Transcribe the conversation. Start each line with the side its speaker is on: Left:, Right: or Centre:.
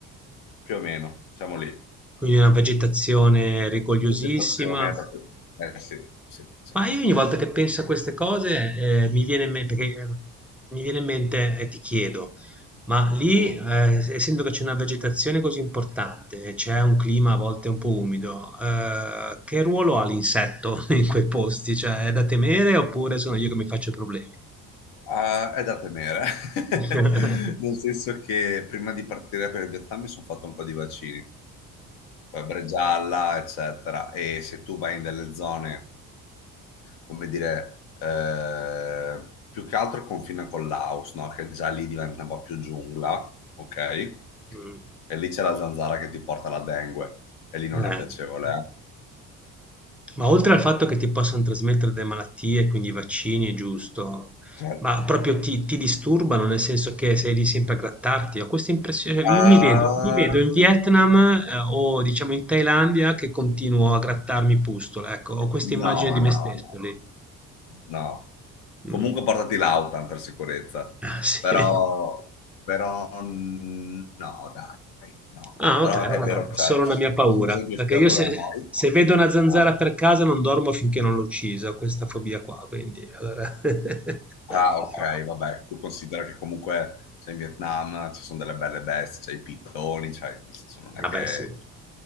Left: Più o meno, siamo lì.
Centre: quindi una vegetazione rigogliosissima.
Left: Vegetazione proprio. Eh sì, sì, sì.
Centre: Ma io ogni volta che penso a queste cose, ehm, mi viene in me perché mi viene in mente e ti chiedo, ma lì,
Left: Mhm.
Centre: ehm, essendo che c'è una vegetazione così importante e c'è un clima a volte un po' umido, ehm, che ruolo ha l'insetto <laughs> in quei posti? Cioè è da temere oppure sono io che mi faccio problemi?
Left: Ah, è da temere, <laughs>
Centre: <laughs> Mh.
Left: nel senso che prima di partire per il Vietnam mi sono fatto un po' di vaccini, febbre gialla, eccetera, e se tu vai in delle zone, come dire, eh, più che altro confina con Laos, no? Che già lì diventa un po' più giungla, ok?
Centre: Mh.
Left: E lì c'è la zanzara che ti porta la dengue, e lì non
Centre: Eh.
Left: è piacevole, eh.
Centre: Ma oltre al fatto che ti possano trasmettere delle malattie, quindi i vaccini è giusto,
Left: Certo.
Centre: ma proprio ti ti disturbano, nel senso che sei lì sempre a grattarti? Ho questa impressione io
Left: Ah,
Centre: mi vedo mi vedo in Vietnam, ehm, o diciamo in Thailandia che continuo a grattarmi pustola, ecco, ho questa
Left: no,
Centre: immagine di me
Left: no,
Centre: stesso
Left: no.
Centre: lì.
Left: No.
Centre: Mh.
Left: Comunque portati l'Autan per sicurezza.
Centre: Ah, sì.
Left: Però, però mm, no, dai, no.
Centre: Ah,
Left: Però
Centre: ok, allora,
Left: è vero, cioè,
Centre: solo una mia paura,
Left: per esempio,
Centre: perché
Left: studiato
Centre: io se,
Left: da noi,
Centre: se vedo una zanzara
Left: no.
Centre: per casa non dormo finché non l'ho uccisa, ho questa fobia qua, quindi allora... <laughs>
Left: Ah, ok, vabbè, tu considera che comunque cioè, in Vietnam ci sono delle belle bestie, c'è i pitoni, cioè, nel senso non
Centre: Vabbè,
Left: è che
Centre: sì,